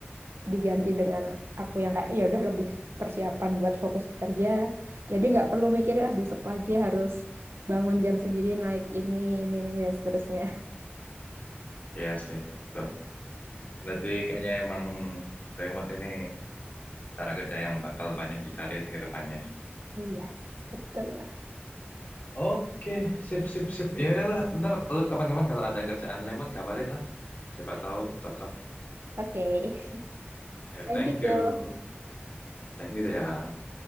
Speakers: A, on the right; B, on the left.
A: diganti dengan aku yang kayak ya udah lebih persiapan buat fokus kerja. Jadi nggak perlu mikirin ah besok pagi harus bangun jam segini naik ini ini ini dan seterusnya
B: iya sih. Tuh. Berarti kayaknya emang remote ini cara kerja yang bakal banyak dicari ke depannya.
A: Yes, betul.
B: Oke, sip, sip, sip. Ya udah lah, ntar lu kapan-kapan kalau ada kerjaan remote kabarin lah. Siapa tahu cocok.
A: Oke, <laughs>
B: Ya,
A: Thank
B: thank
A: you,
B: you.
A: Jo.
B: Thank you, Dea.